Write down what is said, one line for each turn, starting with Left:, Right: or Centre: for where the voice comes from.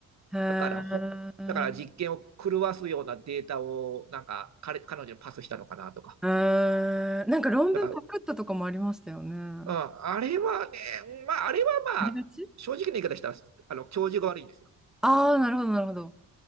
Centre: ー。
Right: だから、
Centre: へー
Right: ほ、だから実験を狂わすようなデータを、なんか、彼、彼女にパスしたのかなとか。
Centre: へーなんか論文パクったとかもありましたよね。
Right: だから、うん、あれはね、まあ、あれはまあ、
Centre: ありがち
Right: 正直な言い方したら、あの、教授が悪いんですよ。
Centre: ああー、なるほど、なるほど。